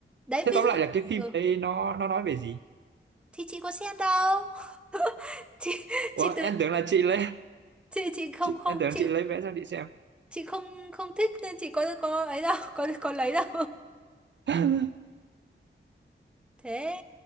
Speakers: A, in the centre; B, on the right (about 60°).
A: đấy
B: thế
A: ví
B: tóm
A: dụ
B: lại là cái phim
A: ừ
B: đấy nó nó nói về gì
A: thì chị có xem đâu <laughs> chị
B: ủa
A: chị từ
B: em tưởng là chị lấy
A: chị chị không
B: chị,
A: không
B: em tưởng
A: chị
B: chị lấy vé cho chị xem
A: chị không không thích nên chị có có ấy đâu <laughs> có có lấy đâu
B: <laughs>
A: <laughs> thế